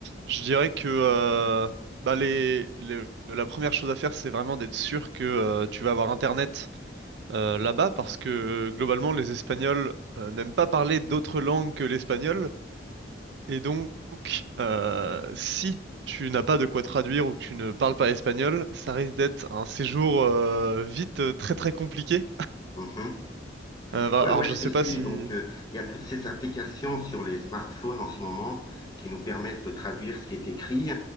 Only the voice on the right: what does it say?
Je dirais que euh, bah les, les- la première chose à faire, c'est vraiment d'être sûr que euh, tu vas avoir Internet euh, là-bas, parce que globalement, les Espagnols euh, n'aiment pas parler d'autres langues que l'espagnol, et donc euh, si tu n'as pas de quoi traduire ou que tu ne parles pas espagnol, ça risque d'être un séjour euh, vite euh, très très compliqué.
Euh, bah,
alors
je
sais
pas si